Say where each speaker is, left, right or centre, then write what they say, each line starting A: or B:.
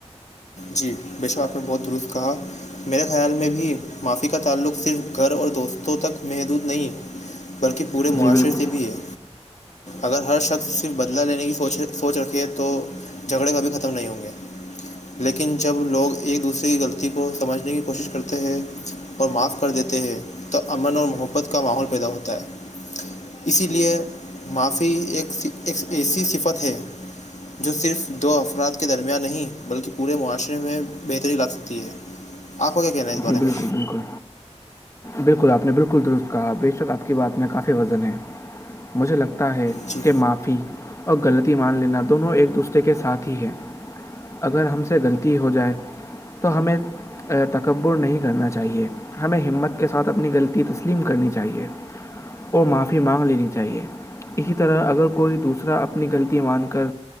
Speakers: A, on the left; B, on the left.
A: جی بشک آپ نے بہت درست کہا میرے خیال میں بھی معافی کا تعلق صرف گھر اور دوستوں تک محدود نہیں بلکہ پورے معاشرے
B: جی بالکل
A: سے بھی ہے اگر ہر شخص صرف بدلا لینے کی سوچ رکھے تو جھگڑے کبھی ختم نہیں ہوں گے لیکن جب لوگ ایک دوسرے کی غلطی کو سمجھنے کی کوشش کرتے ہیں اور معاف کر دیتے ہیں تو امن اور محبت کا ماحول پیدا ہوتا ہے اسی لیے معافی ایک ایک ایسی صفت ہے جو صرف دو افراد کے درمیان نہیں بلکہ پورے معاشرے میں بہتری لا سکتی ہے آپ کو کیا کہنا ہے اس بارے
B: جی بالکل
A: میں
B: بالکل بالکل آپ نے بالکل درست کہا بے شک آپ کی بات میں کافی وزن ہے مجھے لگتا ہے
A: جی
B: کہ ماںپ فی اور غلطی مان لینا دونوں ایک دوسرے کے ساتھ ہی ہیں اگر ہم سے غلطی ہو جائے تو ہمیں تک کبر نہیں کرنا چاہیے ہمیں ہمت کے ساتھ اپنی غلطی تسلیم کرنی چاہیے اور معافی مانگ لینی چاہیے اسی طرح اگر کوئی دوسرا اپنی غلطی مان کر